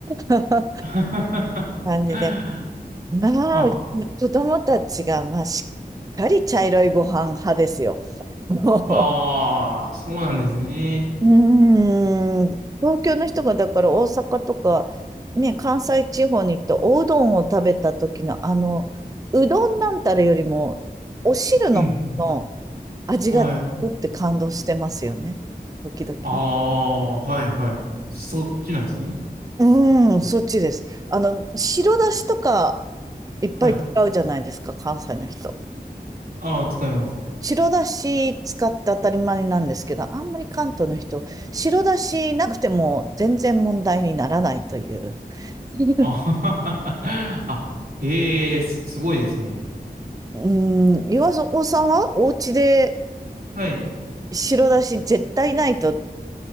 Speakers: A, on the right; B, on the right.
A: な <laughs>
B: <laughs> はあ、
A: 感じで。まあ、
B: は
A: うちの子供たちが、まあ、しっかり茶色いご飯派ですよ。もう
B: あ。ああ、そうなんですね。
A: うーん、東京の人がだから大阪とか、ね、関西地方に行っておうどんを食べた時のあの、うどんなんたらよりも、お汁の方の
B: うん、
A: 味がうって感動してますよね。
B: うん。はい。
A: 時々ね。
B: ああ、はい、はい。そっちなんですね。
A: うーん、そっちです。あの、白だしとかいっぱい使うじゃないですか、
B: はい。
A: 関西の人。
B: ああ、使います。
A: 白だし使って当たり前なんですけど、あんまり関東の人、白だしなくても全然問題にならないという。<laughs>
B: あははは。あ、へえ、すすごいですね。
A: うーん、岩尾さんはお家で
B: はい、
A: 白だし絶対ないと